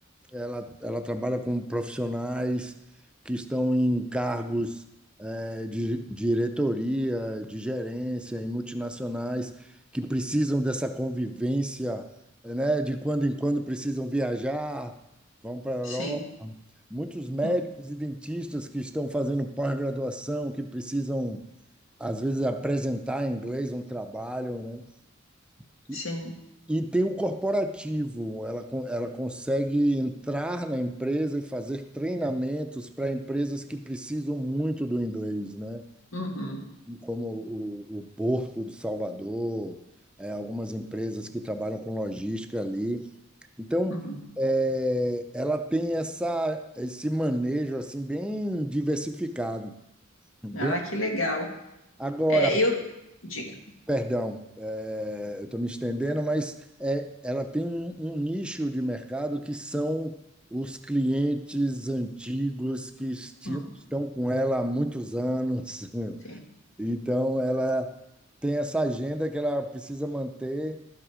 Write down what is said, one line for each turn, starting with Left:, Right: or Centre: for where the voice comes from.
Centre: ela, ela trabalha com profissionais que estão em cargos eh, de diretoria, de gerência em multinacionais que precisam dessa convivência, né? De quando em quando precisam viajar, vão para a
Left: Sim,
Centre: Europa. Muitos médicos
Left: Uhum.
Centre: e dentistas que estão fazendo pós-graduação, que precisam, às vezes, apresentar em inglês um trabalho, né? E,
Left: sim.
Centre: e tem o corporativo, ela, con- ela consegue entrar na empresa e fazer treinamentos para empresas que precisam muito do inglês, né?
Left: Uhum.
Centre: como o, o Porto de Salvador, é, algumas empresas que trabalham com logística ali. Então,
Left: Uhum.
Centre: é, ela tem essa, esse manejo assim bem diversificado, bem
Left: Ah, que legal.
Centre: Agora,
Left: É, eu. Diga.
Centre: perdão, eh, eu estou me estendendo, mas eh, ela tem um, um nicho de mercado que são os clientes antigos que esti-
Left: Uhum.
Centre: estão com ela há muitos anos, <laughs>
Left: Sim.
Centre: Então, ela tem essa agenda que ela precisa manter